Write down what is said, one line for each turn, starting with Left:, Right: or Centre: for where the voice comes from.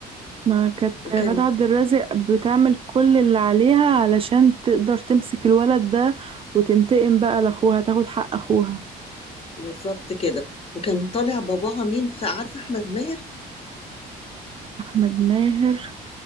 Right: ما كانت
Left: وكان
Right: غادة عبد الرازق بتعمل كل اللي عليها علشان تقدر تمسك الولد ده وتنتقم بقى لاخوها تاخد حق اخوها
Left: بالظبط كده وكان طالع باباها مين فعارفه احمد ماهر
Right: احمد ماهر